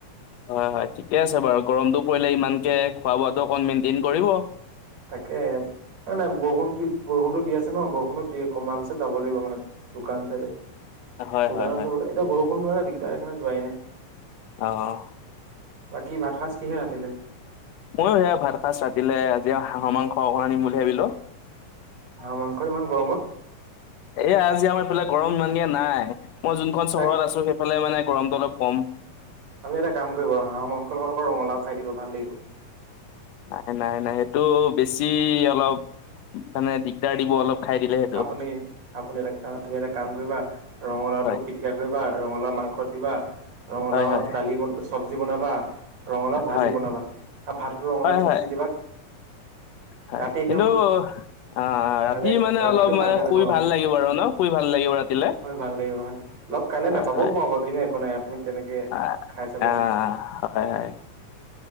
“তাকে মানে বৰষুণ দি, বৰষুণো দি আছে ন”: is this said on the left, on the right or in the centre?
Right